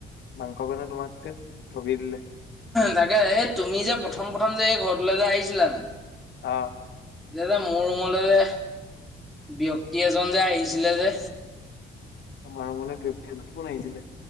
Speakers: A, on the left; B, in the centre.
A: মাংস, মানে তোমাক ধেট ঠগি দিলে।
B: তাকে, এই তুমি যে প্ৰথম প্ৰথম যে, এই ঘৰটোলৈ যে আহিছিলা যে
A: অ'।
B: <unintelligible> যে মোৰ ৰুমলে যে ব্যক্তি এজন যে আহিছিলে যে।
A: তোমাৰ ৰুমলে ব্যক্তি এজন কোন আহিছিলে?